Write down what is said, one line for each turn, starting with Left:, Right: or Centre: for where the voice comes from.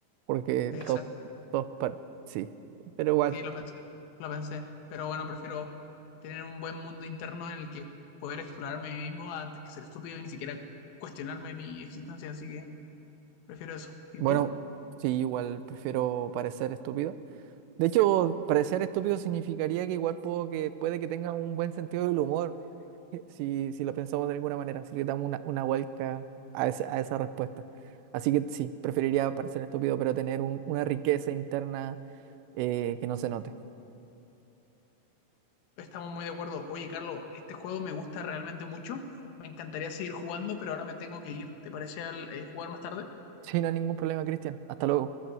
Right: porque
Left: Exacto.
Right: top, top, par- sí, pero igual,
Left: Sí, lo pensé. Lo pensé. Pero bueno, prefiero tener un buen mundo interno en el que poder explorarme a mí mismo antes que ser estúpido y ni siquiera cuestionarme mi existencia. Así que. Prefiero eso. ¿Y
Right: bueno,
Left: tú?
Right: sí, igual prefiero parecer estúpido. De hecho, parecer estúpido significaría que igual puedo que, puede que tenga un buen sentido del humor, <laughs> si, si lo pensamos de alguna manera, si le damos una, una vuelta a, ese- a esa respuesta. Así que sí, preferiría parecer estúpido, pero tener un- una riqueza interna eh, que no se note.
Left: Estamos muy de acuerdo. Oye, Carlos, este juego me gusta realmente mucho. Me encantaría seguir jugando, pero ahora me tengo que ir. ¿Te parece al- eh, jugar más tarde?
Right: Sí, no hay ningún problema, Cristian. Hasta luego.